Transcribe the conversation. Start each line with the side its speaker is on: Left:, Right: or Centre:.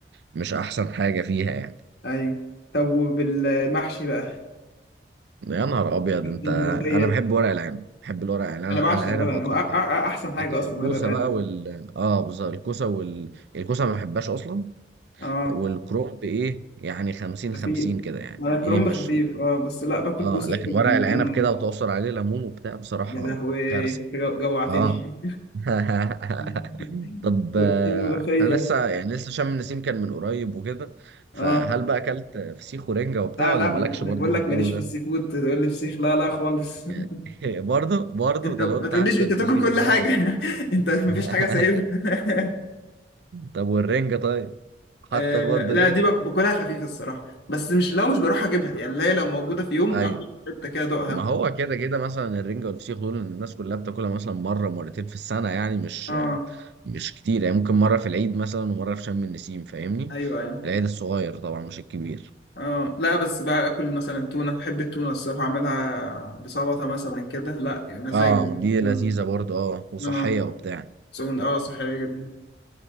Right: مش احسن حاجه فيها يعني
Left: ايوه طب وبالمحشي بقى
Right: يا نهار ابيض انت
Left: الملوخيه
Right: انا بحب ورق العنب بحب الورق العنب
Left: انا بعشق
Right: العنب
Left: الورق العنب
Right: اكتر
Left: هو أ-
Right: حاجه
Left: أ- أ- احسن حاجه
Right: لكن
Left: اصلا
Right: الكوسه
Left: ورق العنب
Right: بقى وال اه بالظبط الكوسه وال الكوسه ما بحبهاش اصلا
Left: اه
Right: والكرنب ايه يعني 50
Left: خفيف
Right: 50 كده يعني
Left: انا كرنب
Right: ايه مش
Left: خفيف اه بس لا باكل
Right: اه
Left: كوسه
Right: لكن
Left: باكل بتنجان
Right: ورق العنب كده وتعصر عليه ليمون وبتاع بصراحه
Left: يا لهوي
Right: كارثه
Left: أنت جو- جوعتني
Right: اه <laughs>
Left: <laughs>
Right: طب
Left: والملوخيه
Right: آه، انا لسه يعني لسه شم النسيم كان من قريب وكده فهل
Left: اه
Right: بقى اكلت فسيخ ورنجة وبتاع
Left: لا
Right: ولا
Left: لا أنا
Right: مالكش برضه
Left: بقول
Right: في
Left: لك
Right: الجو
Left: ماليش
Right: ده؟
Left: في السي فود تقول لي فسيخ لا لا خالص
Right: يعني
Left: <laughs>
Right: <laughs> برضه برضه
Left: انت
Right: ده
Left: ما
Right: لو انت
Left: تقوليش
Right: حتى
Left: انت
Right: الفسيخ
Left: تاكل كل
Right: ده
Left: حاجه <laughs> انت مفيش
Right: <laughs>
Left: حاجه سايبها <laughs>
Right: طب والرنجة طيب حتى
Left: آه
Right: برضه
Left: لا
Right: الرنجة
Left: دي بك- باكلها خفيف الصراحة بس مش لو مش بروح اجيبها يعني اللي هي لو موجودة في يوم
Right: ايوه
Left: اخد حتة كده ادوقها
Right: ما هو كده كده مثلا الرنجة والفسيخ دول الناس كلها بتاكلها مثلا مرة مرتين في السنة يعني مش
Left: اه
Right: مش كتير يعني ممكن مرة في العيد مثلا ومرة في شم النسيم فاهمني؟
Left: ايوه ايوه
Right: العيد الصغير طبعا مش الكبير
Left: اه لا بس بقى اكل مثلا تونة بحب التونة الصراحة اعملها بسلطة مثلا كده لا مزاج
Right: اه
Left: بالتونة
Right: دي لذيذة برضه اه وصحية
Left: اه
Right: وبتاع
Left: تونة اه صحية جدا